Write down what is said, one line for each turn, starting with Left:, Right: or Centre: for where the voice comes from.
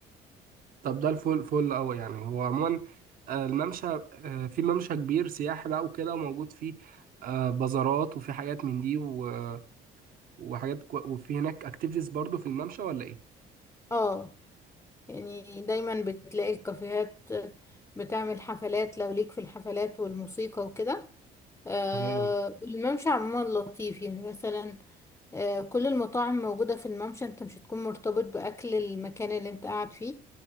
Right: طب ده الفل فل قوي يعني هو عموما آه، الممشى آه، في ممشى كبير سياحي بقى وكده وموجود فيه آه، بازارات وفي حاجات من دي و- وحاجات كو- وفي هناك اكتيفيتيز برضو في الممشى ولا ايه؟
Left: اه يعني دايما بتلاقي الكافيهات بتعمل حفلات لو ليك في الحفلات والموسيقى وكده آه
Right: تمام
Left: الممشى عموما لطيف يعني مثلا آه كل المطاعم موجودة في الممشى انت مش هتكون مرتبط بأكل المكان اللي انت قاعد فيه